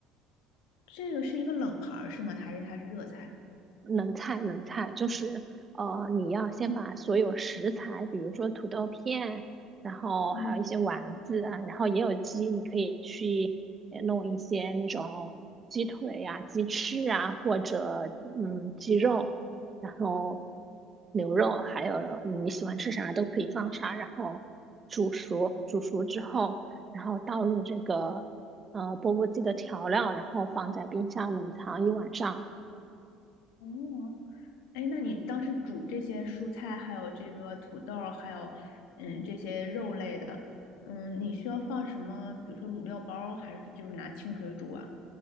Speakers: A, on the left (about 60°); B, on the right (about 30°).
A: 这个是一个冷盘儿是吗？还是它是热菜？
B: 冷菜，冷菜就是呃，你要先把所有食材，比如说土豆片，然后还有一些丸子啊，
A: 嗯，
B: 然后也有鸡，你可以去呃弄一些那种鸡腿呀、鸡翅啊，或者嗯鸡肉，然后牛肉，还有你喜欢吃啥都可以放啥，然后煮熟，煮熟之后，然后倒入这个呃钵钵鸡的调料，然后放在冰箱冷藏一晚上。
A: 哦，哎，那你当时煮这些蔬菜，还有这个土豆儿，还有嗯这些肉类的，嗯，你需要放什么？比如说卤料包儿，还是就是拿清水煮啊？